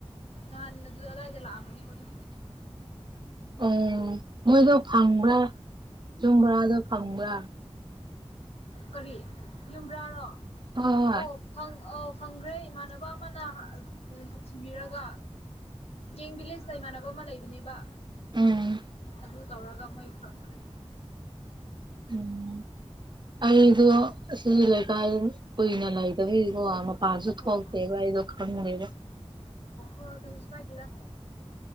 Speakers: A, on the left (about 65°); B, on the right (about 45°).
A: ꯅꯍꯥꯟ ꯑꯗꯨ ꯑꯗꯥꯏꯗ ꯂꯥꯛꯑꯃꯅꯤ ꯑꯩꯈꯣꯏꯗꯣ
B: <inaudible> <unintelligible> ꯎꯝ ꯃꯣꯏꯗꯣ ꯐꯪꯕ꯭ꯔꯥ ꯌꯨꯝꯕꯣꯔꯥꯗꯣ ꯐꯪꯕ꯭ꯔꯥ
A: ꯀꯔꯤ ꯌꯨꯝꯕ꯭ꯔꯥꯔꯣ
B: ꯍꯣꯏ ꯍꯣꯏ
A: ꯑꯣ ꯐꯪ ꯑ ꯐꯪꯈ꯭ꯔꯦ ꯏꯃꯥꯟꯅꯕ ꯑꯃꯅ ꯊꯤꯕꯤꯔꯒ ꯌꯦꯡ ꯚꯤꯂꯦꯖꯇ ꯏꯃꯥꯟꯅꯕ ꯑꯃ ꯂꯩꯕꯅꯦꯕ
B: ꯎꯝ
A: ꯑꯗꯨꯨ ꯇꯧꯔꯒ ꯃꯩ ꯐꯪꯈ꯭ꯔꯦ
B: ꯎꯝ ꯑꯩꯗꯣ ꯁꯤꯒꯤ ꯂꯩꯀꯥꯏ ꯀꯨꯏꯅ ꯂꯩꯇꯕꯤꯒꯤꯕ ꯋꯥ ꯄꯖꯨ ꯊꫭꯛꯇꯦꯕ
A: ꯑꯣ
B: ꯑꯩꯁꯨ ꯈꯪꯗꯦꯕ
A: ꯍ ꯀꯩꯁꯨ ꯍꯥꯏꯒꯦꯗ